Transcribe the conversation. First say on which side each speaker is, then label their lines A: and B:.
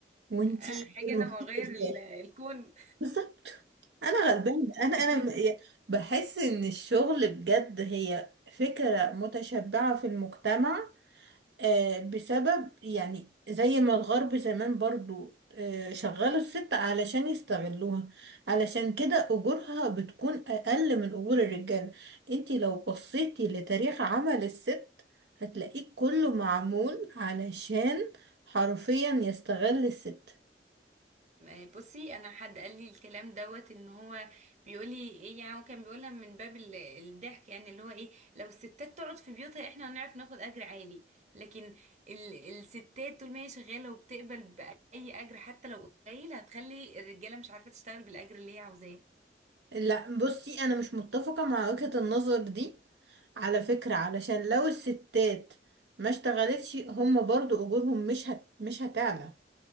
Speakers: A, on the right; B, on the right.
A: وانتي
B: آه، حاجه
A: المفروض
B: انا بغير
A: ترتاحي
B: ال- الكون
A: بالظبط أنا غلبانة أنا
B: <laughs>
A: أنا م- يا- بحس إن الشغل بجد هي فكرة متشبعة في المجتمع آه، بسبب يعني زي ما الغرب زمان برضو آه، شغلوا الست علشان يستغلوها علشان كده أجورها بتكون أقل من أجور الرجال انتي لو بصيتي لتاريخ عمل الست هتلاقيه كله معمول علشان حرفيا يستغل الست
B: آه، بصي انا حد قال لي الكلام دوت ان هو بيقول لي ايه يعني هو كان بيقولها من باب ال- الضحك يعني اللي هو ايه لو الستات تقعد في بيوتها احنا هنعرف ناخد اجر عالي لكن ال الستات طول ما هي شغاله وبتقبل باي اجر حتى لو قليل هتخلي الرجاله مش عارفه تشتغل بالاجر اللي هي عاوزاه
A: لا بصي أنا مش متفقة مع وجهة النظر دي على فكرة علشان لو الستات ما اشتغلتش هم برضو أجورهم مش هت... مش هتعلى